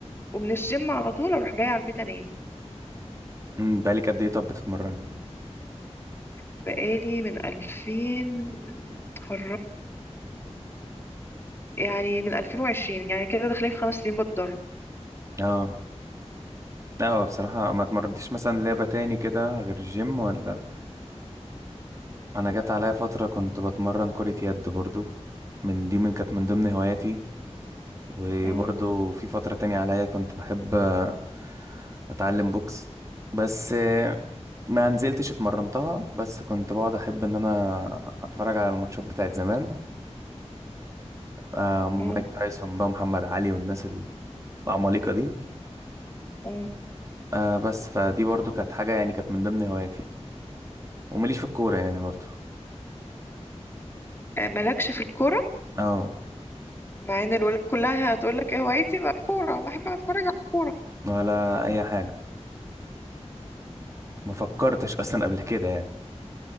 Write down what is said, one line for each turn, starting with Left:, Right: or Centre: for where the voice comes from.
Left: ومن الجيم على طول اروح جايه على البيت انام
Right: امم بقالك قد ايه طب بتتمرني
Left: بقالي من 2000 اتخرجت يعني من 2020 يعني كده داخلين في خمس سنين بتدرب
Right: اه لا هو بصراحة ما اتمرنتيش مثلا لعبة تاني كده غير الجيم ولا انا جت عليا فتره كنت بتمرن كره يد برضو من دي من كانت من ضمن هواياتي وبرضو
Left: مم.
Right: في فتره تانية عليا كنت بحب آه، اتعلم بوكس بس آه، ما نزلتش اتمرنتها بس كنت بقعد احب ان انا اتفرج على الماتشات بتاعت زمان آه، مايك
Left: مم.
Right: تايسون بقى محمد علي والناس العمالقه دي
Left: مم.
Right: آه، بس فدي برضو كانت حاجه يعني كانت من ضمن هواياتي ومليش في الكوره يعني برضو
Left: آه، مالكش في الكورة
Right: اه
Left: مع ان الولاد كلها هتقول لك ايه هوايتي بقى كورة بحب اتفرج على الكورة
Right: ولا اي حاجه ما فكرتش اصلا قبل كده يعني